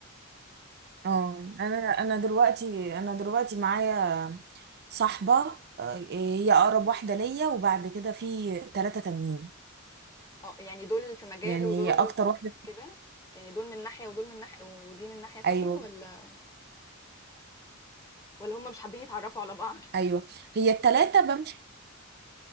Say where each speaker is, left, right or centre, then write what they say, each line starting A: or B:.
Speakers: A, on the right; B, on the left.
A: اه انا انا دلوقتي انا دلوقتي معايا صاحبة آه، هي اقرب واحدة ليا وبعد كده في ثلاثة تانيين
B: <laughs> اه يعني دول في مجال
A: يعني
B: ودول
A: هي اكتر
B: في
A: واحده
B: كده يعني دول من ناحيه ودول من ناحيه ودي من ناحيه تانية
A: ايوه
B: ولا ولا هم مش حابين يتعرفوا على بعض
A: ايوه
B: <laughs>
A: هي التلاتة بمشي